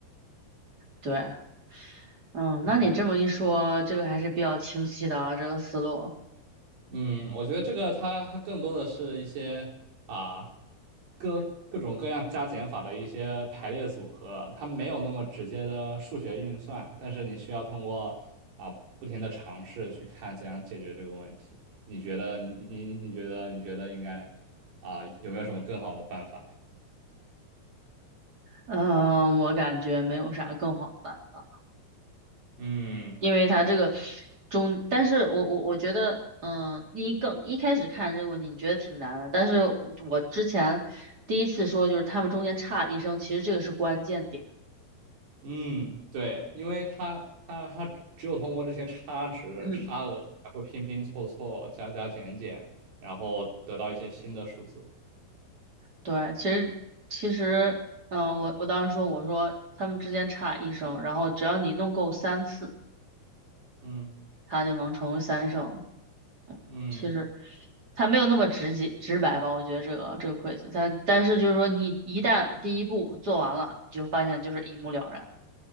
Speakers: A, on the right (about 25°); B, on the right (about 65°).
A: 对，嗯，
B: 嗯
A: 那你这么一说，这个还是比较清晰的啊，这个思路。
B: 嗯，我觉得这个它它更多的是一些啊各各种各样加减法的一些排列组合，它没有那么直接的数学运算，但是你需要通过啊不停的尝试去看怎样解决这个问题。你觉得你你你觉得你觉得应该啊有没有什么更好的办法呀？
A: 嗯、我感觉没有啥更好的办法。
B: 嗯。
A: 因为它这个中，但是我我我觉得，嗯、你更一开始看这个问题，你觉得挺难的，但是我我之前第一次说就是他们中间差了一声，其实这个是关键点。
B: 嗯，对，因为它它它只有通过这些差值、
A: 嗯
B: 差额，才会拼拼凑凑、加加减减，然后得到一些新的数字。
A: 对，其实其实，嗯、我我当时说我说他们之间差一声，然后只要你弄够三次，
B: 嗯
A: 它就能成为三声。嗯，
B: 嗯
A: 其实它没有那么直接直白吧，我觉得这个这个 quiz，它但是就是说你一旦第一步做完了，你就发现就是一目了然。